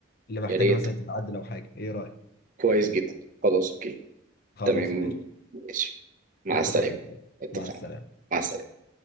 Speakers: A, on the left (about 50°); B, on the right (about 40°).
A: اللي محتاجة
B: يا ريت
A: مثلا تتعدل أو حاجة إيه رأيك؟
B: كويس جدا خلاص اوكي
A: خلاص
B: تمام
A: ماشي
B: ماشي مع
A: اتفقنا
B: السلامة اتفقنا
A: مع السلامة
B: مع السلامة